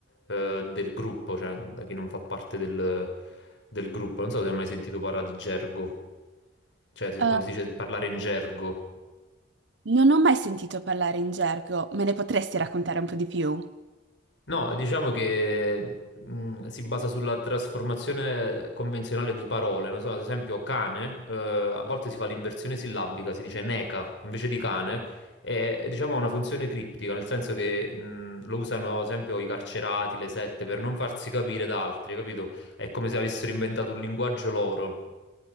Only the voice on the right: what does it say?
Eh,
non ho mai sentito parlare in gergo, me ne potresti raccontare un po' di più?